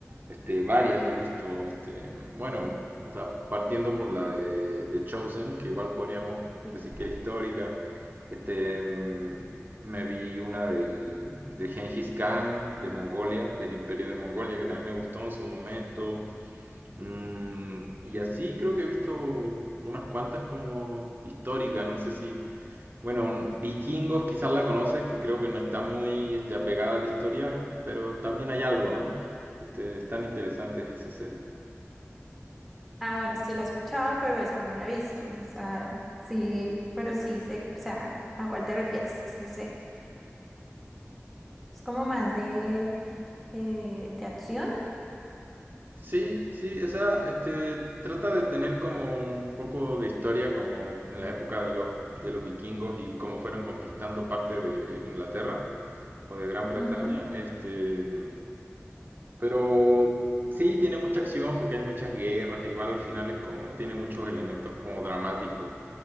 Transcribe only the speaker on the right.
este, varias he visto, este, bueno, o sea, partiendo por la de, de Chosen, que igual podríamos
decir que es histórica, este, mm, me vi una del, de Genghis Khan, de Mongolia, del Imperio de Mongolia, que también me gustó en su momento. Mm, y así creo que he visto unas cuantas como históricas, no sé si... Bueno, Vikingos quizás la conoces, que creo que no está muy este, apegada a la historia, pero también hay algo, ¿no? Este, están interesantes esas series.
Sí, sí, esa este, trata de tener como un poco de historia, como en la época de los, de los vikingos y cómo fueron conquistando parte de Inglaterra o de Gran Bretaña.
Este, pero sí, tiene mucha acción porque hay muchas guerras, igual al final es como, tiene muchos elementos como dramáticos.